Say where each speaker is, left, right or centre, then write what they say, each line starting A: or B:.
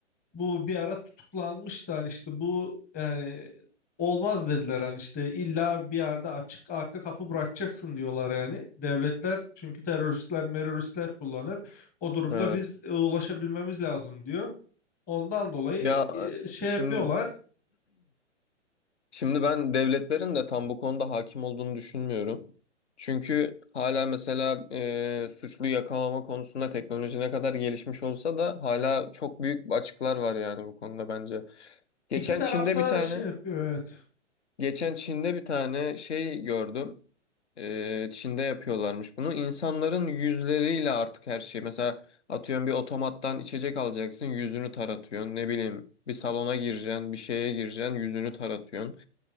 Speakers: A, on the left; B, on the left.
A: bu bir ara tutuklanmıştı. Hani işte bu yani olmaz dediler. Hani işte illa bir yerde açık arka kapı bırakacaksın diyorlar yani. Devletler çünkü teröristler, meröristler kullanır. O durumda
B: Evet.
A: biz e, ulaşabilmemiz lazım diyor. Ondan dolayı
B: Ya
A: e, şey
B: Şimdi
A: yapıyorlar.
B: Şimdi ben devletlerin de tam bu konuda hakim olduğunu düşünmüyorum. Çünkü hala mesela e, suçlu yakalama konusunda teknoloji ne kadar gelişmiş olsa da hala çok büyük açıklar var yani bu konuda bence. Geçen
A: İki tarafta
B: Çin'de bir tane,
A: şey yapıyor evet.
B: geçen Çin'de bir tane şey gördüm. E, Çin'de yapıyorlarmış bunu. İnsanların yüzleriyle artık her şey. Mesela atıyorum bir otomattan içecek alacaksın, yüzünü taratıyorsun. Ne bileyim bir salona gireceksin, bir şeye gireceksin, yüzünü taratıyorsun.